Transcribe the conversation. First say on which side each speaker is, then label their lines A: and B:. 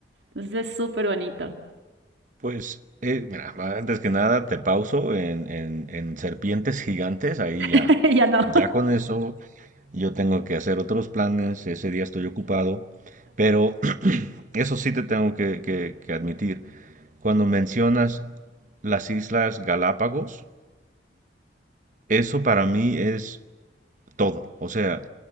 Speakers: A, on the right (about 85°); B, on the right (about 45°).
A: Entonces es súper bonito.
B: Pues, eh, mira, antes que nada te pauso en, en- en serpientes gigantes, ahí ya.
A: <laughs> Ya no.
B: Ya con eso yo tengo que hacer otros planes, ese día estoy ocupado, pero <clears throat> eso sí te tengo que, que- que admitir, cuando mencionas las Islas Galápagos, eso para mí es todo. O sea,